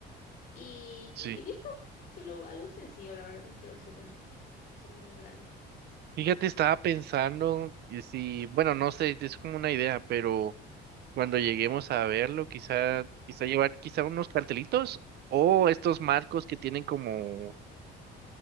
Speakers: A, on the left; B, on the right.
A: Y,
B: Sí.
A: y- y listo, solo algo sencillo, la verdad no quiero hacerlo, hacerlo muy grande.
B: Fíjate, estaba pensando y si, bueno, no sé, es como una idea, pero Cuando lleguemos a verlo, quizá, quizá llevar quizá unos cartelitos o estos marcos que tienen como,